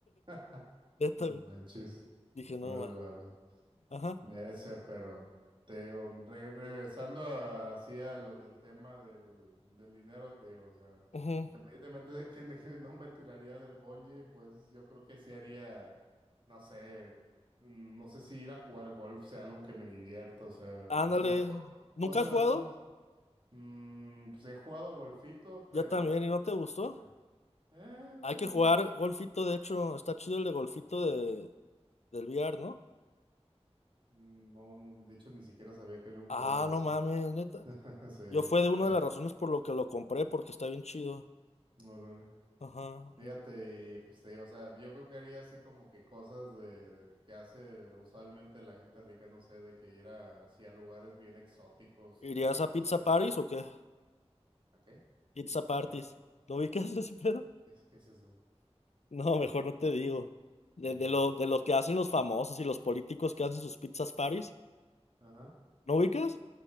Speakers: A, on the right; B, on the left.
A: <laughs>
B: Neta,
A: No
B: güey.
A: manches.
B: dije, no,
A: a ver,
B: ma.
A: La bestia.
B: Ajá.
A: Ese, pero te digo, re- regresando a- así a lo del tema del, del dinero, te digo, o sea,
B: ujú.
A: independientemente de quién, de quién no me tiraría del bungee, pues yo creo que sí haría, no sé, mm, no sé si ir a jugar golf sea algo que me divierta, o sea,
B: Ándale.
A: o sea, co-
B: ¿Nunca
A: cosa,
B: has jugado?
A: cos- mm, pues he jugado golfito, pero
B: Ya también,
A: pues,
B: ¿y no te gustó?
A: pues, eh,
B: Hay que jugar golfito, de hecho, está chido el de golfito de, del VR, ¿no?
A: no, no, de hecho ni siquiera sabía que había un
B: Ah,
A: juego de
B: no
A: eso,
B: mames,
A: <laughs>
B: neta.
A: sí,
B: Yo fue
A: no,
B: de una
A: Pe-
B: de las razones por lo que lo compré, porque está bien chido.
A: órale.
B: Ajá.
A: Fíjate, y, pues te digo, o sea, yo creo que haría así como que cosas de que hace usualmente la gente rica, no sé, de que ir a, así a lugares bien exóticos
B: ¿Irías
A: de,
B: a
A: no
B: Pizza
A: sé,
B: Paris o qué?
A: ¿a qué?
B: Pizza
A: Pizza
B: Parties.
A: party.
B: ¿Lo ubicas <laughs> ese pedo?
A: ¿Qué es, qué es eso?
B: No, mejor no te digo. De,
A: Ingas.
B: de lo, de lo que hacen los famosos y los políticos que hacen sus pizzas parties.
A: Ajá.
B: ¿No ubicas?